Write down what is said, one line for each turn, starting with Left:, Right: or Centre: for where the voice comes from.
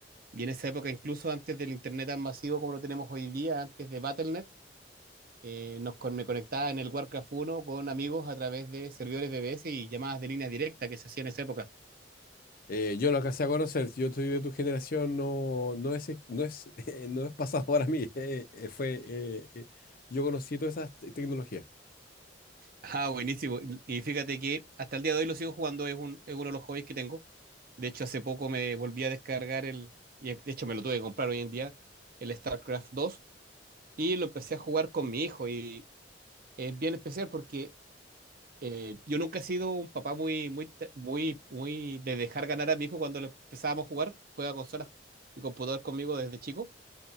Right: Y en esa época, incluso antes del internet tan masivo como lo tenemos hoy día, antes de Battle.net, eh, nos con- me conectaba en el Warcraft uno con amigos a través de servidores BBS y llamadas de línea directa que se hacían en esa época.
Left: Eh, yo lo alcancé a conocer, yo soy de tu generación, no, no es, no es, <laughs> no es pasado para mí. <laughs> eh, eh, fue, eh, eh, yo conocí todas esas te- tecnologías.
Right: Ah, buenísimo. Y fíjate que hasta el día de hoy lo sigo jugando, es, un, es uno de los hobbies que tengo. De hecho, hace poco me volví a descargar el, y de hecho me lo tuve que comprar hoy en día, el StarCraft 2, y lo empecé a jugar con mi hijo. Y es bien especial porque eh, yo nunca he sido un papá muy, muy, te- muy, muy de dejar ganar a mi hijo cuando lo empezábamos a jugar, juega consolas y computador conmigo desde chico,